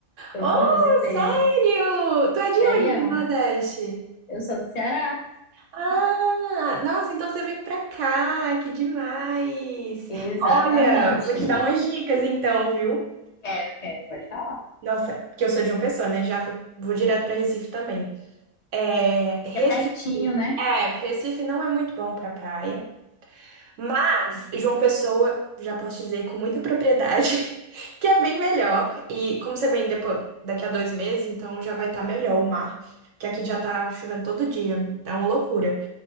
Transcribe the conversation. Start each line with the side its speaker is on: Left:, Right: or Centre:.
Left: que
Right: Oh,
Left: eu nunca visitei.
Right: sério? Tu é de onde
Left: Sério,
Right: do Nordeste?
Left: eu sou do Ceará.
Right: Ah, nossa, então você vem pra cá, que demais.
Left: Exatamente.
Right: Olha, vou te dar umas dicas então, viu?
Left: Eu quero, pode falar.
Right: Nossa, porque eu sou de uma pessoa, né? Já fui- vou direto pra Recife também. É, Recife,
Left: Que é pertinho, né?
Right: é, Recife não é muito bom para praia, mas João Pessoa, já posso dizer com muita propriedade, <laughs> que é bem melhor. E como você vem depois, daqui a dois meses, então já vai estar melhor o mar, que aqui já tá chovendo todo dia, tá uma loucura.